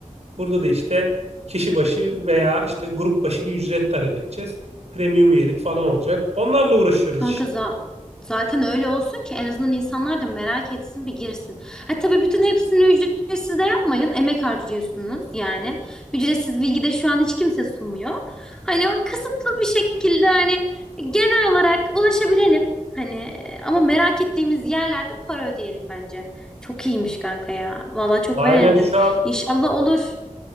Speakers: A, on the right (about 55°); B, in the centre.
A: Burada da işte kişi başı veya işte grup başı bir ücret talep edeceğiz. Premium üyelik falan olacak. Onlarla uğraşıyoruz
B: Kanka
A: işte.
B: za- zaten öyle olsun ki en azından insanlar da merak etsin bir girsin. Ha tabii bütün hepsini ücretsiz de yapmayın. Emek harcıyorsunuz yani. Ücretsiz bilgi de şu an hiç kimse sunmuyor. Hani o kısıtlı bir şekilde hani genel olarak ulaşabilelim. Hani ama merak ettiğimiz yerlerde para ödeyelim bence. Çok iyiymiş kanka ya. Valla çok
A: Aynen
B: beğendim.
A: şu an
B: İnşallah olur.